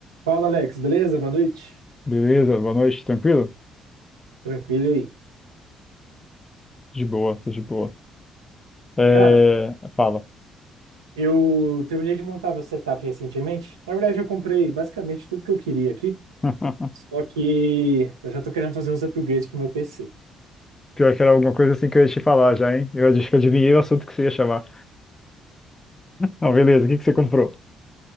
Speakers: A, on the right (about 75°); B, on the left (about 15°).
A: Fala, Alex, beleza? Boa noite.
B: Beleza? Boa noite, tranquilo?
A: Tranquilo aí.
B: De boa, tô de boa. É,
A: Cara,
B: fala.
A: eu terminei de montar meu setup recentemente. Na verdade, eu comprei basicamente tudo que eu queria aqui.
B: <laughs>
A: Só que eu já tô querendo fazer uns upgrades pro meu PC.
B: Pior que era alguma coisa assim que eu ia te falar já, hein? Eu acho que adivinhei o assunto que você ia chamar. Não, beleza, o que que você comprou?